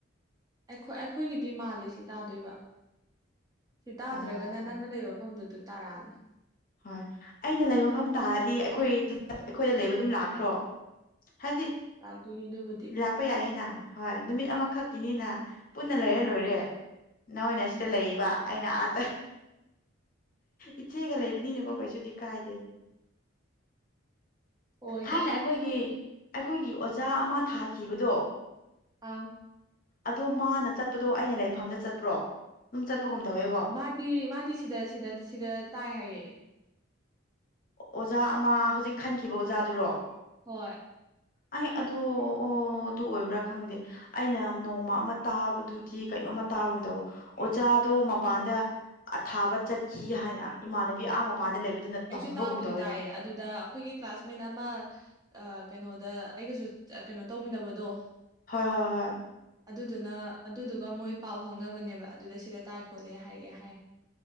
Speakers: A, on the right; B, on the left.
A: ꯑꯩꯈꯣꯏ ꯑꯩꯈꯣꯏꯒꯤꯗꯤ ꯃꯥꯜꯂꯦ ꯁꯤ ꯇꯥꯗꯣꯏꯕ ꯁꯤ ꯇꯥꯗ꯭ꯔꯒꯅ
B: ꯑꯣ
A: ꯅꯪꯅ ꯂꯩꯕ ꯃꯐꯝꯗꯨ ꯑꯗꯨ ꯇꯥꯔꯛꯑꯅꯤ
B: ꯍꯣꯏ ꯑꯩꯅ ꯂꯩꯕ ꯃꯐꯝ ꯇꯥꯔꯗꯤ ꯑꯩꯈꯣꯏ ꯑꯩꯈꯣꯏꯗ ꯂꯩꯕ ꯑꯗꯨꯝ ꯂꯥꯛꯈ꯭ꯔꯣ ꯍꯥꯏꯗꯤ
A: ꯂꯥꯛꯇꯣꯏꯅꯤ ꯑꯗꯨꯕꯨ
B: ꯂꯥꯛꯄ ꯌꯥꯏꯌꯦꯅ ꯍꯣꯏ ꯅꯨꯃꯤꯠ ꯑꯃꯈꯛꯀꯤꯅꯤꯅ ꯄꯨꯟꯅ ꯂꯩꯔꯦ ꯂꯣꯏꯔꯦ ꯅꯣꯏꯅ ꯁꯤꯗ ꯂꯩꯔꯤꯕ ꯑꯩꯅ ꯑꯥ ꯏꯆꯦꯒ ꯂꯩꯕꯅꯤꯅꯀꯣ ꯀꯩꯁꯨꯗꯤ ꯀꯥꯏꯗꯦ
A: ꯍꯣꯏꯗ
B: ꯊꯥꯏꯅ ꯑꯩꯈꯣꯏꯒꯤ ꯑꯩꯈꯣꯏꯒꯤ ꯑꯣꯖꯥ ꯑꯃ ꯊꯥꯈꯤꯕꯗꯣ
A: ꯑꯥ
B: ꯑꯗꯨ ꯃꯥꯅ ꯆꯠꯄꯗꯣ ꯑꯩꯅ ꯂꯩꯐꯝꯗ ꯆꯠꯄ꯭ꯔꯣ ꯑꯗꯨꯝ ꯆꯠꯄꯒꯨꯝ ꯇꯧꯋꯦ
A: ꯃꯥꯗꯤ ꯃꯥꯗꯤ ꯁꯤꯗ ꯁꯤꯗ ꯁꯤꯗ ꯇꯥꯏ ꯍꯥꯏꯌꯦ
B: ꯑꯣꯖꯥ ꯑꯃ ꯍꯧꯖꯤꯛ ꯈꯟꯈꯤꯕ ꯑꯣꯖꯥꯗꯨꯔꯣ
A: ꯍꯣꯏ
B: ꯑꯩ ꯑꯗꯨ ꯑꯣ ꯑꯗꯨ ꯑꯣꯏꯕ꯭ꯔꯥ ꯈꯪꯗꯦ ꯑꯩꯅ ꯅꯣꯡꯃ ꯑꯃ ꯇꯥꯕꯗꯨꯗꯤ ꯀꯩꯅꯣꯝꯃ ꯇꯥꯕꯒꯨꯝ ꯇꯧꯕ ꯑꯣꯖꯥꯗꯣ ꯃꯄꯥꯟꯗ ꯑꯊꯥꯕ ꯆꯠꯈꯤ ꯍꯥꯏꯅ ꯏꯃꯥꯟꯅꯕꯤ ꯑꯥ ꯃꯄꯥꯟꯗ ꯂꯩꯕꯗꯨꯅ
A: ꯑꯩꯁꯨ
B: ꯇꯝꯕꯒꯨꯝ
A: ꯇꯥꯕꯨꯗꯤ
B: ꯇꯧꯋꯦꯕ
A: ꯇꯥꯏꯌꯦ ꯑꯗꯨꯗ ꯑꯩꯈꯣꯏꯒꯤ ꯀ꯭ꯂꯥꯁꯃꯦꯠ ꯑꯃ ꯑ ꯀꯩꯅꯣꯗ ꯑꯩꯒꯁꯨ ꯀꯩꯅꯣ ꯇꯧꯃꯤꯟꯅꯕꯗꯣ
B: ꯍꯣꯏ ꯍꯣꯏ ꯍꯣꯏ
A: ꯑꯗꯨꯗꯨꯅ ꯑꯗꯨꯗꯨꯒ ꯃꯣꯏ ꯄꯥꯎ ꯐꯥꯎꯅꯕꯅꯦꯕ ꯑꯗꯨꯗ ꯁꯤꯗ ꯇꯥꯏ ꯈꯣꯠꯂꯦ ꯍꯥꯏꯔꯛꯑꯦ ꯍꯥꯏ